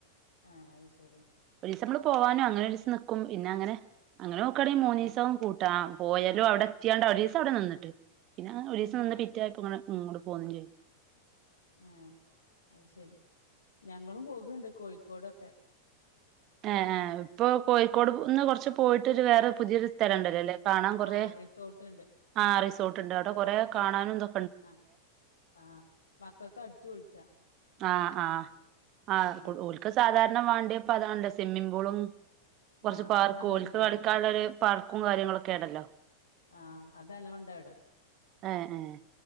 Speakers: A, on the left (about 80°); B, on the right (about 40°).
A: ഏഹ്, അത് ശരി
B: ഒരീസം നമ്മൾ പോവാനും. അങ്ങനെ ഒരീസം നിക്കും. പിന്നെ അങ്ങനെ, അങ്ങനെ നോക്കാണെങ്കി മൂന്നീസം
A: ആഹ്
B: കൂട്ടാ. ആഹ് പോയാലും അവിടെ എത്തിയാണ്ട് ഒരീസം അവിടെ നിന്ന്ട്ട്. പിന്നെ ഒരീസം
A: ആഹ്
B: നിന്ന് പിറ്റായപ്പോ ഇങ്ങെട് ങ്ങോട് പോന്നും ചെയ്ത്.
A: ഏഹ് അയ് ശരി, ഞങ്ങളും പോക്ണ്ട് കോഴിക്കോടൊക്കെ.
B: ഏഹ് ഏഹ്, ഇപ്പൊ കോഴിക്കോട്ന്ന് കുറച്ച് പോയിട്ടൊരു വേറെ പുതിയൊരു സ്ഥലംണ്ടല്ലോ
A: ആഹ്
B: ല്ലെ കാണാൻ കൊറെ.
A: ആഹ് റിസോർട്ട്ണ്ട്
B: ആഹ് റിസോർട്ട്ണ്ട്. അവ്ടെ കൊറെ കാണാനുംതൊ
A: അഹ്, ആഹ് മക്കക്കടിച്ചു പൊളിച്ചാ.
B: ആഹ് ആഹ്, ആഹ്
A: ഉം
B: ക് ഓൽക്ക് സാധാര്ണ മാണ്ട്യെപ്പത് ആണല്ലൊ സ്വിമ്മിംഗ് പൂളും, കൊർച്ച്
A: ആഹ്
B: പാർക്കും,
A: അത് നല്ലോം
B: ഓൽക്ക്
A: ഉണ്ട് അവിടെ
B: കളിക്കാനുള്ള ഒരു പാർക്കും കാര്യങ്ങളൊക്കേണല്ലോ.
A: ആഹ്, അതല്ലോം ഇണ്ട് അവ്ടെ.
B: ഏഹ് ഏഹ്.